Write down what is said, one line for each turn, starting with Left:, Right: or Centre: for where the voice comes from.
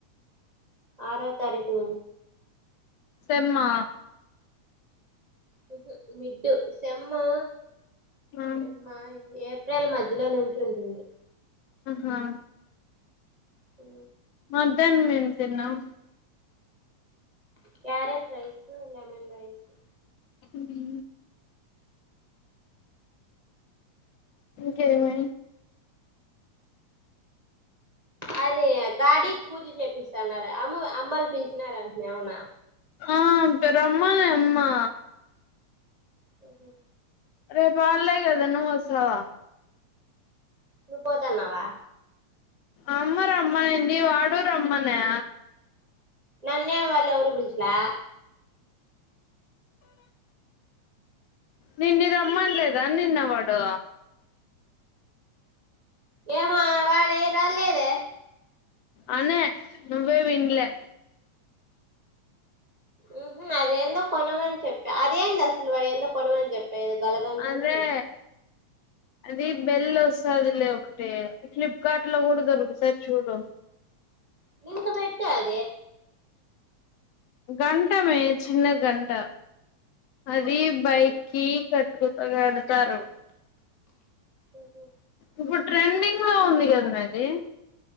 Right: ఆరో తారీఖు
Left: సెమ్మా
Right: ఉహు మిడ్డు సెమ్మా
Left: ఆ
Right: సెంమ్మా ఏప్ ప్రిల్ మధ్యలో నుంచి ఉంటుంది
Left: ఆహా
Right: ఓ
Left: మధ్యాహ్నం ఏం తిన్నావ్
Right: క్యారెట్ రైసు లెమన్ రైసు
Left: ఉమ్ ఇంకేమీ
Right: అదే గాడికి పూజ చేపిస్తన్నారె అమ్మ అమ్మవోలు పిలిచినారంటనే అవునా
Left: ఆ అంతే రమ్మనే అయ్ మ్మా
Right: ఓహో
Left: రేప్ ఆల్డే కదా నువ్ వస్స వా
Right: నువ్ పోతాన్నావా
Left: అమ్మ రమ్మనింది వాడూ రమ్మనా
Right: నన్నే వాళ్ ఎవరూ పిల్చలా
Left: నిన్ని రమ్మన్లేదా నిన్న వాడు
Right: ఏహా వాలే రాళ్ళేదే
Left: అనే నువ్వే విన్లే
Right: ఉంహు అదేందో కొనమని చెప్ప అదేంది అసలు వాడు ఏందో కొనమని చెప్ పేద్ గలగా అంటేనే
Left: అదే అది బెల్ వస్తాదిలే ఒకటి ఫ్లిప్కార్ట్ లో కూడా దొరుకుతాది చూడు
Right: నిన్నుకు పెట్ట అది
Left: గంటమే చిన్న గంట అది బైక్కి
Right: ఆ
Left: క కు కడతారు
Right: ఓహ
Left: ఇప్పుడు ట్రెండింగ్ లో ఉంది కదామే ఆది